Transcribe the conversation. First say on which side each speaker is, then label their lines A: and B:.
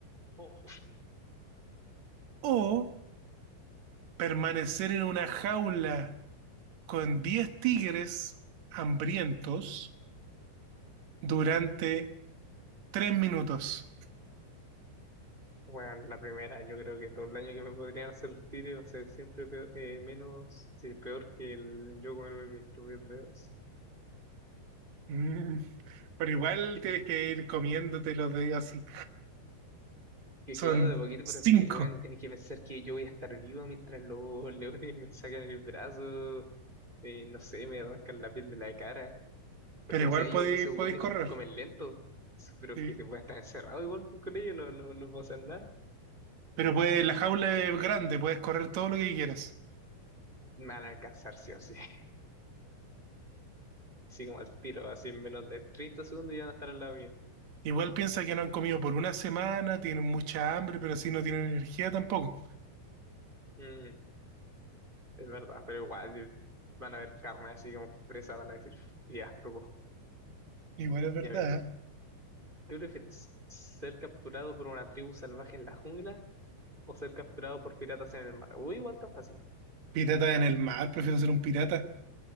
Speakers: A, on the right; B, on the right.
A: Uf.
B: ¿O permanecer en una jaula con 10 tigres hambrientos durante tres minutos.
A: Bueno, la primera, yo creo que todo el daño que me podrían hacer los tigres va a ser siempre peor- eh, menos, sí, peor que el yo comerme mis propios dedos.
B: Mm, pero igual
A: Es
B: tienes
A: que,
B: que ir comiéndote los de así.
A: que claro,
B: Son
A: de poquito,
B: cinco,
A: pero es que, bueno, tenés que pensar que yo voy a estar vivo mientras los <laughs> leones me sacan el brazo, eh, no sé, me arrancan la piel de la cara. Porque
B: pero igual
A: me decía yo,
B: podéis,
A: esos
B: podéis
A: weones
B: correr.
A: comen lento. Sí, Pero
B: ¿sí?
A: que voy a estar encerrado igual con ellos, no, no, no puedo hacer nada.
B: Pero pues la jaula es grande, puedes correr todo lo que quieras.
A: Me van a alcanzar sí o sí. <laughs> Así como al tiro, así en menos de 30 segundos ya van a estar al lado mío.
B: Igual piensa que no han comido por una semana, tienen mucha hambre, pero así no tienen energía tampoco.
A: Mm, es verdad, pero igual eh, van a ver carne así como presa, van a decir, ya, tocó.
B: Igual es verdad.
A: Ya mira,
B: ¿eh?
A: ¿qué prefieres? ¿Ser capturado por una tribu salvaje en la jungla o ser capturado por piratas en el mar? Uy, igual tan fácil.
B: Pirata en el mar, prefiero ser un pirata.